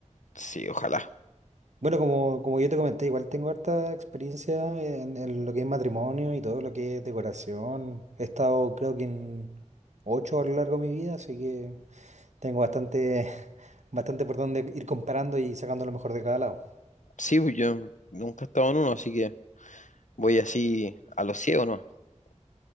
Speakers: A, on the left; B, on the right.
A: Sí, ojalá.
B: Bueno, como, como yo te comenté, igual tengo harta experiencia en, en lo que es matrimonio y todo lo que es decoración. He estado, creo que en ocho a lo largo de mi vida, así que tengo bastante, <laughs> bastante por donde ir comparando y sacando lo mejor de cada lado.
A: Sí, pues yo nunca he estado en uno, así que voy así a lo ciego, ¿no?